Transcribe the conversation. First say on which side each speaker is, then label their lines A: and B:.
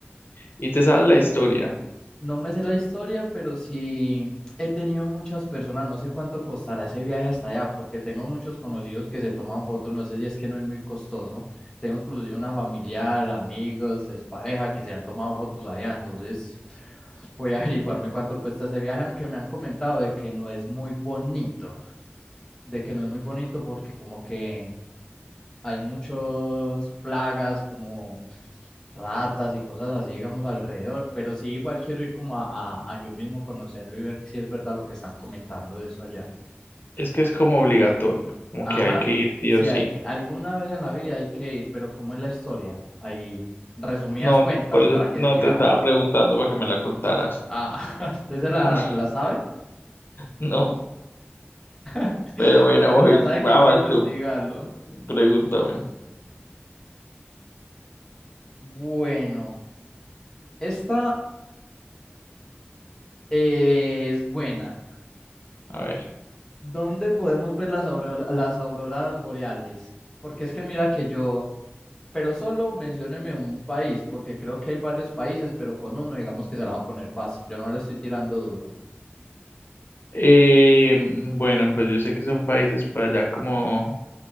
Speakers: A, on the left; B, on the left.
A: Y te sabes la historia.
B: No me sé la historia, pero sí he tenido muchas personas. No sé cuánto costará ese viaje hasta allá, porque tengo muchos conocidos que se toman fotos. No sé si es que no es muy costoso. Tengo inclusive una familiar, amigos, pareja que se han tomado fotos allá. Entonces voy a averiguarme cuánto cuesta ese viaje, aunque me han comentado de que no es muy bonito, de que no es muy bonito porque como que hay muchas plagas como ratas y cosas así, digamos, alrededor, pero sí igual quiero ir como a, a- a yo mismo conocerlo y ver si es verdad lo que están comentando de eso allá.
A: Es que es como obligatorio, como
B: Ajá,
A: que hay que ir sí
B: sí,
A: o sí.
B: hay, alguna vez en la vida hay que ir, pero ¿cómo es la historia? Ahí, resumidas
A: No,
B: cuentas
A: por eso
B: para que
A: no
B: sigamos.
A: te estaba preguntando para que me la contaras.
B: Ah, <laughs> ¿usted se
A: <laughs>
B: la, se la sabe?
A: No,
B: <laughs>
A: pero bueno,
B: Bueno,
A: voy,
B: ya sabe
A: vas
B: que hay que investigarlo.
A: tú, pregúntame.
B: Bueno, esta eh, es buena.
A: A ver.
B: ¿Dónde podemos ver las aurora- las auroras boreales? Porque es que mira que yo, pero solo mencióneme un país, porque creo que hay varios países, pero con uno digamos que se la va a poner fácil. Yo no le estoy tirando duro.
A: Eh, bueno, pues yo sé que son países por allá como